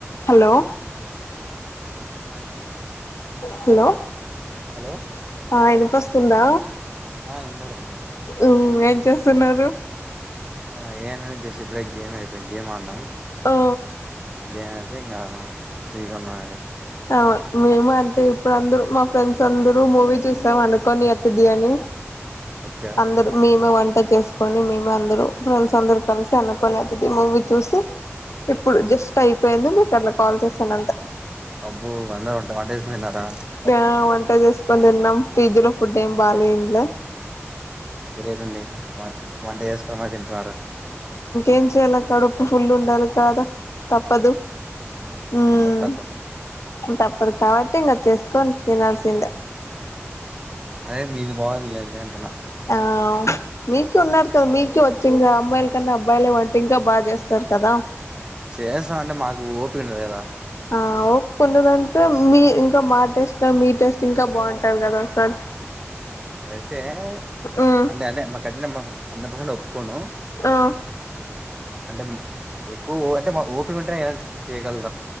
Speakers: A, on the left (about 75°); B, on the right (about 15°).
A: హలో
B: హలో హాయ్ అండి
A: హలో
B: హలో
A: ఆ ఇనిపిస్తుందా
B: ఆ వినబడుతుంది
A: మ్మ్ ఏం చేస్తున్నారు
B: ఆ ఏన అ్యష ఇపుడుగ్ గ ఏంయతుతే ఇ గే మాన్నాం
A: ఓ
B: గేమ్ అయిపో ఇంకా ఫ్రీగా ఉన్నా అండి
A: అ మేము అంత్ అయితే ఇప్పుడు అందరు మా ఫ్రెండ్స్ అందరు మూవీ చూసాం అనుకోని అతిది అని
B: ఓకే
A: అందరు మేమే వంట చేస్ కని మేము అందరూ ఫ్రెండ్స్ అందరు కలిసి అనుకొని అవుతుంది మూవీ చూస్తే ఇప్పుడు జస్ట్ అయిపోయింది మీకు అట్లా కాల్ చేసాను అంతే
B: అబ్బో అందరూ దాటేస్ పోయినరా
A: ఆ వంట చేసుకొని తిన్నాం పిజ్జ్ లో ఫుడ్ ఏం బాగాలేంలే
B: గ్రేట్ అండి వన్ డే ఇయర్స్ క్రమా తింటున్నారు
A: ఏం చేయాల కడపు ఫుల్లు ఉండాలి కాద తప్పదు మ్మ్
B: తప్ప తప్ప
A: తప్పదు కాబట్టి ఇంగా చేసుకొని తినారుసింద
B: అదే మీది బాగుందిలేండి అంటున్నా
A: ఆ మీకు ఉన్నారు కదా మీకు వ ముఖ్యంగా అమ్మాయిల కన్నా అబ్బాయి వంట ఇంకా బాగా చేస్తారు కదా
B: చేసాం అంటే మాకు ఓపక లేదా
A: ఆ కొండదంటే మీ ఇంకా మా టేస్ కా మీ టేస్ట్ ఇంకా బాగుంటారు కదా అసలు
B: కరెక్టే
A: ఉమ్
B: అంటే మా కట్ట అన్న పర్సెంట్ కొను
A: ఆ
B: అంటే ఎక్కువ అంటే ఓపిక ఉంటేనే చేయగలరు